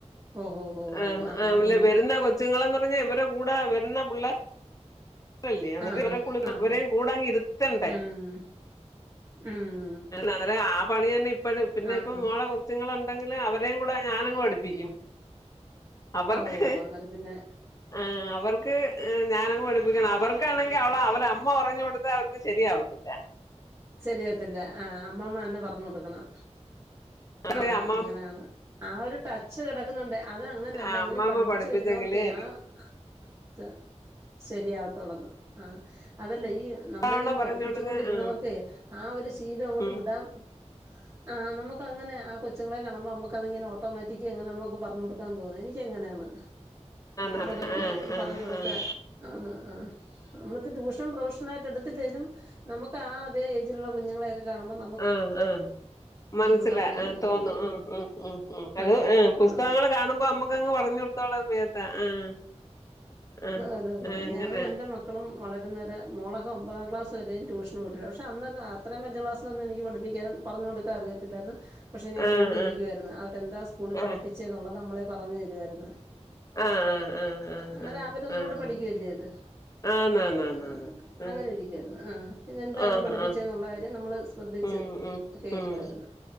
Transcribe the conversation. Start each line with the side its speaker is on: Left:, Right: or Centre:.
Right: ഓഹോ ഹോ
Left: ഹ്ഹ്
Right: ആഹ് അങ്ങനെ
Left: ഓല് വരുന്ന കൊച് ച്ങ്ങളന്നർഞ്ഞാ ഇവരെ കൂടെ വരുന്ന പുള്ള <unintelligible>
Right: ആഹ് ആഹ്
Left: ഇവരേയും
Right: ഹോ
Left: കൂടങ് ഇരുത്തണ്ടേ
Right: ഉം ഉം
Left: അവരെ ആ പണി തന്നെ ഇപ്പഴും പിന്നെ
Right: ആഹ്
Left: ഇപ്പം മോളെ കൊച്ചുങ്ങള് ഉണ്ടെങ്കില് അവരേം കൂടെ ഞാനങ്‌ പടിപ്പിക്കും അവർക്ക്
Right: ഓ അന്നേരം പിന്നെ
Left: ആഹ് അവർക്ക് ഏഹ് ഞാനങ് പഠിപ്പിക്കണം അവർക്കാണെങ്കി അവളെ അവരെ അമ്മ പറഞ് കൊട്ത്താ അവർക്ക് ശരിയാവത്തില്ല
Right: ശരിയായത്തില്ല ആഹ് അമ്മാമ്മന്നെ പറഞ് കൊട്ക്കണം
Left: അവര്
Right: ആഹ്
Left: അമ്മാ
Right: അങ്ങനെയാണ് ആഹ് ഒര് ടച്ച് കെടക്കുന്നുണ്ട് അത് അങ്ങനെല്ല
Left: ആഹ്
Right: ഇങ്ങനെ
Left: അമ്മാമ്മ
Right: പഠിപ്പിച്ച്
Left: പഠിപ്പിച്ചെങ്കില്
Right: വരുന്നവർക്ക് ആഹ് ത ശരിയാവത്തോളന്ന് ആഹ് അതല്ല ഈ
Left: ഇത്തവണ
Right: നമ്മളിങ്ങനെ
Left: പറഞ്ഞു
Right: പഠിപ്പിച്ചോണ്ടിരുന്നവർ
Left: കൊടുക്കാൻ ആഹ്
Right: ആഹ് ഒരു ശീലം അങ്ങോട്ട്
Left: ഉം
Right: വിടാം ആഹ് നമുക്ക് അങ്ങനെ ആഹ് കൊച്ചുങ്ങളെ കാണ് മ്പോ നമുക്കതിങ്ങനെ ഓട്ടോമാറ്റിക്ക് എങ്ങനെ നമുക്ക് പറഞ്ഞു കൊട്ക്കാൻ തോന്നും എനിക്ക ങ്ങനെയാണ് നമുക്കങ്ങനെ
Left: ആഹ് ആഹ് ആഹ്
Right: പറഞ് കൊടുത്ത ആഹ് ആഹ് നമ്മളിപ്പോ ട്യൂഷൻ പ്രൊഫഷണായിട്ടെ ട് ല്ലെലും നമക് തേയ്ജ്ല്ള്ള കുഞ്ങ്ങളെയൊക്കെ കാണ്ബം
Left: ആഹ് ആഹ് മനസ്സിലാ
Right: പറഞ്ഞു കൊടുക്കണംന്ന്
Left: ആഹ് തോന്നു ആഹ് ഉം ഉം ഉം
Right: ആ
Left: അത് ആം
Right: ആ
Left: പുസ്തകങ്ങള് കാണുമ്പോ നമ്മുക്കങ്ങ് പറഞ്ഞ് കൊട്ത്തോളാം മേത്താ ആഹ് ആഹ്
Right: തൊരോതൊ
Left: ആഹ് അങ്ങനെ
Right: ഞാന് എന്റെ മ ക്കളും വളരും ന്നെരെ മൊളൊക്കെ ഒമ്പതാം ക്ലാസ് വെരെ ട്യൂഷന് പോയിട്ടില്ല പക്ഷ തന്നതാ അത്രേം വല്ല്യ ക്ലാസ്സിലൊന്നും എനിക്ക് പഠിപ്പിക്കാൻ പറഞ് കൊടുക്കാൻ അറിയത്തില്ലായിരുന്ന് പക്ഷെ ഞാൻ
Left: ആഹ്
Right: കൂടിയിരിക്കുവായിരുന്നു അവരെന്താ സ്കൂളിൽ
Left: ആഹ്
Right: പഠിപ്പിച്ചേ ന്നുള്ളത് നമ്മളെ പറഞ് തരുവായിരുന്നു
Left: ആഹ് ആഹ് ആഹ് ആഹ്
Right: അന്നേരം
Left: ആഹ് ആഹ്
Right: അവര ഒന്നൂടെ
Left: ആഹ്
Right: പഠിക്കല്ലേ അത്
Left: ആന്നാന്നാന്നാന്ന്
Right: ആഹ് അങ്ങനെ
Left: ആഹ്
Right: ഇരിക്കായിരുന്നു ആഹ് പിന്നെ എന്താന്ന്
Left: ആഹ്
Right: പഠിപ്പിചേ
Left: ആഹ്
Right: ന്നുള്ള കാര്യം നമ്മള് ശ്രദ്ധിച്ച്
Left: ഉം ഉം
Right: കേക്കുവായിര്ന്നു
Left: ഉം